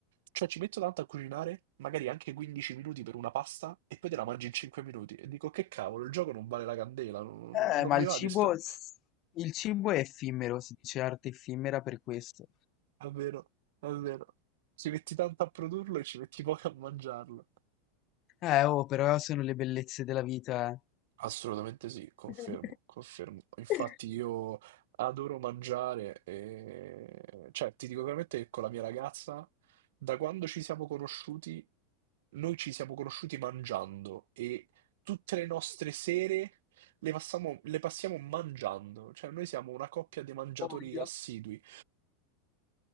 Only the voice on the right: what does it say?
cioè, ci metto tanto a cucinare, magari anche 15 minuti per una pasta, e poi te la mangi in 5 minuti. E dico, che cavolo, il gioco non vale la candela, non,
non- non
mi
va
di spendere.
È vero, è vero. Ci metti tanto a produrlo e ci metti poco a mangiarlo.
Assolutamente sì, confermo,
confermo. Infatti
io adoro mangiare e... Cioè, ti dico veramente che con la mia ragazza, da quando ci siamo conosciuti, noi ci siamo conosciuti mangiando e tutte le nostre sere le passiamo, le passiamo mangiando. Cioè, noi siamo una coppia di mangiatori
assidui.